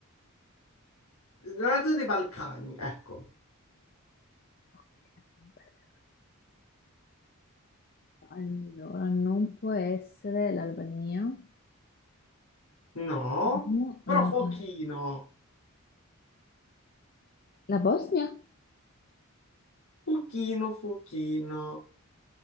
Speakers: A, on the left; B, on the left.
A: la zona dei Balcani, ecco.
B: Ok, perché- Allora, non può essere l'Albania,
A: No,
B: No,
A: però
B: eh,
A: pochino,
B: la Bosnia?
A: pochino, pochino.